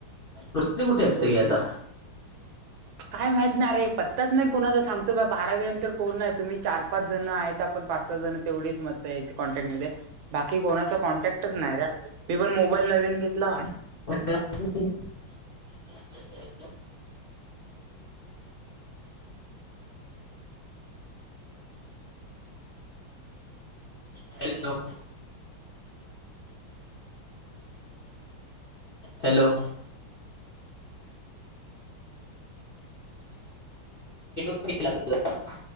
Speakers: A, on the left; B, on the right.
A: रोशनी कुठे असते!
B: रोशनी
A: ग आता
B: काय माहित ना रे पत्ताच नाही कोणाचा सांगतो. का बारावी नंतर कोण नाही आहे. तुम्ही चार पाच जण आहेत आपण पाच चव जण तेवढीच मतं याची कॉन्टॅक्ट मध्ये. बाकी कोणाचा कॉन्टॅक्टच नाही त्या मी पण मोबाईल नवीन घेतला
A: <unintelligible> हॅलो हॅलो <unintelligible>